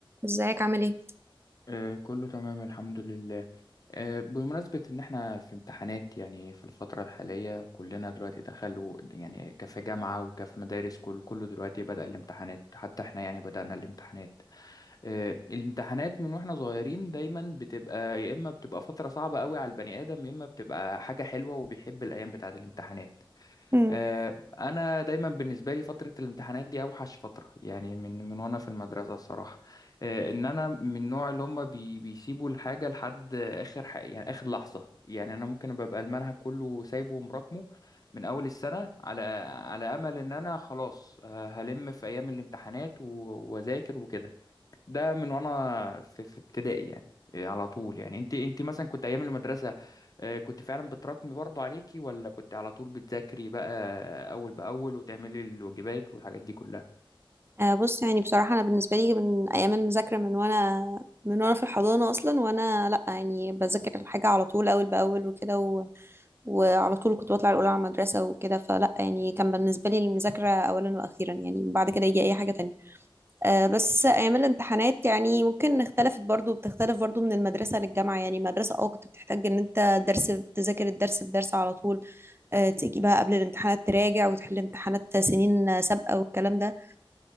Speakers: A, on the right (about 25°); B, on the left (about 40°).
A: ازيك عامل ايه
B: آه، كله تمام الحمد لله آه، بمناسبة إن إحنا في امتحانات يعني في الفترة الحالية كلنا دلوقتي دخلوا يعني كفي جامعة وكفي مدارس كل كله دلوقتي بدأ الامتحانات حتى إحنا يعني بدأنا الامتحانات آه، الامتحانات من وإحنا صغيرين دايما بتبقى يا إما بتبقى فترة صعبة قوي على البني آدم يا إما بتبقى حاجة حلوة وبيحب الأيام بتاعة الامتحانات
A: مم.
B: آه، انا دايما بالنسبه لي فتره الامتحانات دي اوحش فتره يعني من من وانا في المدرسه الصراحه آه، ان انا من النوع اللي هم بي بيسيبوا الحاجه لحد اخر حق يعني اخر لحظه يعني انا ممكن ببقى المنهج كله سايبه ومراكمه من اول السنه على على امل ان انا خلاص آه، هلم في ايام الامتحانات و- واذاكر وكده ده من وانا في, في ابتدائي يعني إيه على طول يعني انت انت مثلا كنت ايام المدرسه آه، كنت فعلا بتراكمي برضو عليكي ولا كنت على طول بتذاكري بقى اول باول وتعملي الواجبات والحاجات دي كلها
A: آه، بص يعني بصراحة أنا بالنسبة لي من أيام المذاكرة من وأنا من وأنا في الحضانة أصلا وأنا لأ يعني بذاكر الحاجة على طول أول بأول وكده و... وعلى طول كنت بطلع الأولى على المدرسة وكده فلأ يعني كان بالنسبة لي المذاكرة أولا وأخيرا يعني بعد كده يجي أي حاجة تانية آه، بس أيام الامتحانات يعني ممكن اختلفت برضو بتختلف برضو من المدرسة للجامعة يعني مدرسة أه كنت بتحتاج إن أنت درس تذاكر الدرس بدرس على طول آه، تيجي بقى قبل الامتحانات تراجع وتحل امتحانات سنين سابقة والكلام ده